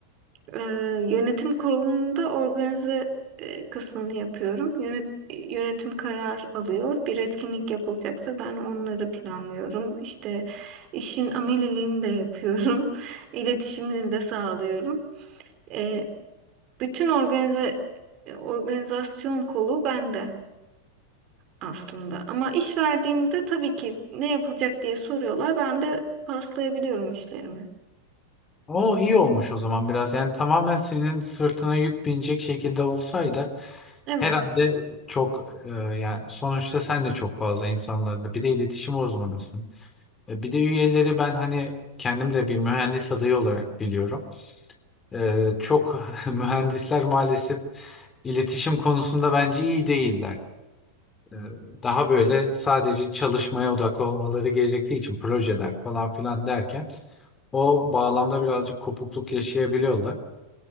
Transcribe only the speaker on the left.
O iyi olmuş o zaman biraz. Yani tamamen senin sırtına yük binecek şekilde olsaydı
herhalde çok e, yani sonuçta sen de çok fazla insanlarla bir de iletişim uzmanısın. E, bir de üyeleri ben hani kendim de bir mühendis adayı olarak biliyorum. E, çok <laughs> mühendisler maalesef iletişim konusunda bence iyi değiller. E, daha böyle sadece çalışmaya odaklı olmaları gerektiği için projeler falan filan derken o bağlamda birazcık kopukluk yaşayabiliyorlar.